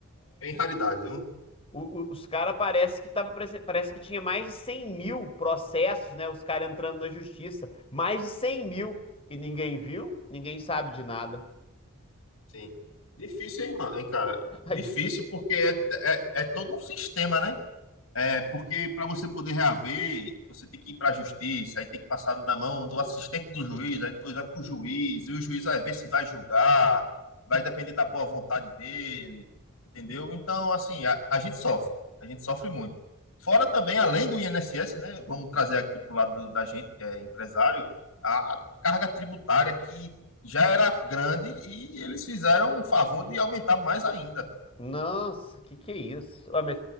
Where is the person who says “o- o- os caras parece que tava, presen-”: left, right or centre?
Left